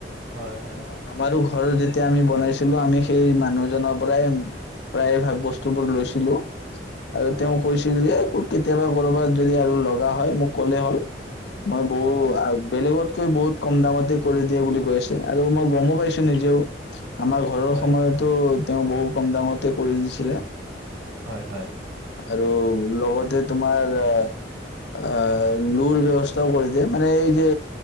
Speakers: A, on the right; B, on the left.
A: হয় হয়
B: অ আমাৰো ঘৰৰ যেয়া তেতিয়া আমি বনাইছিলো আমি সেই মানুহজনৰ পৰাই প্ৰায় ভাগ বস্তু বোৰ লৈছিলো আৰু তেওঁ
A: অ
B: কৈছিল যে কেতিয়াবা কৰ'বাত যদি আৰু লগা হয় মোক ক'লে হ'ল মই বৌ
A: অ
B: বেলেগত কৈ বহুত কম দামতে কৰি দিয়ে বুলি কৈ আছে আৰু মই গমো পাইছো নিজেও আমাৰ ঘৰৰ
A: হয়
B: সময়তো তেওঁ বহু কম দামতে কৰি দিছিলে
A: হয় হয়
B: আৰু লগতে তোমাৰ আহ আহ লোৰ ব্য্ৱস্থাও কৰি দিয়ে মানে এই যে